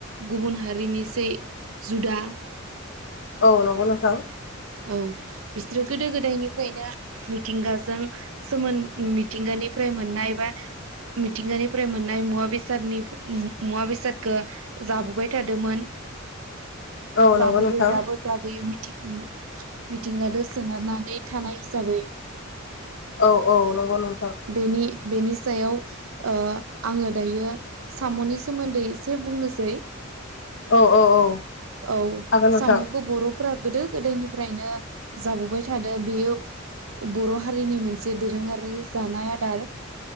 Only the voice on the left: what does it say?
औ नंगौ नोंथां
औ
नंगौ नोंथां
औ औ नंगौ नोंथां।
औ औ औ
हागोन नोंथां